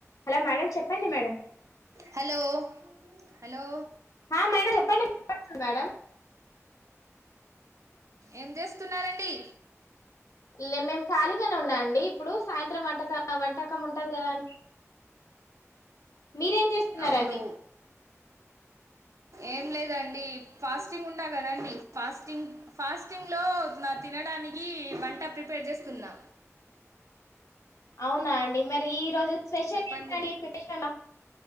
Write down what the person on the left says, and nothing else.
Hello madam చెప్పండి madam
ఆ madam చెప్పండి మేడం
ఇళ్లే మే ఖాళీగానే ఉన్నాఅండి ఇప్పుడు సాయంత్రం వంటక వంటకం ఉంటుంది కదా అండి మీరేం చేస్తున్నారండి
అవునా అండి మరి ఈ రోజు స్పెషల్
ఏంటని ప్రిపరేషనా